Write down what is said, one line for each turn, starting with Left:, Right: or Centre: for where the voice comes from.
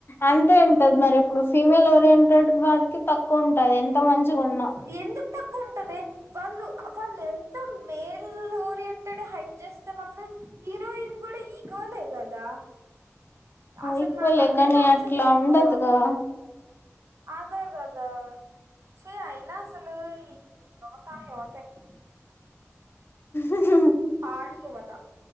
Left: అంతే ఉంటది మరిప్పుడు ఫీమేల్ ఓరియంటెడ్ వాటికి తక్కువ ఉంటది ఎంత మంచిగున్నా
Right: ఇదేందుకు తక్కువ ఉంటది వాళ్ళు వాళ్ళెంత మేల్ ఓరియంటెడ్ హైప్ చేస్తే మాత్రం హీరోయిన్ కూడా ఈక్వలే కదా అసల్
Left: ఈక్వలే
Right: నాకదే
Left: కానీ
Right: నచ్చదు
Left: అట్లా
Right: ఇప్పా
Left: ఉండదుగా
Right: అదే కదా చీ అయినా అసలు ఈ యువతా యువతరం
Left: ఉహ్
Right: పాడు యువత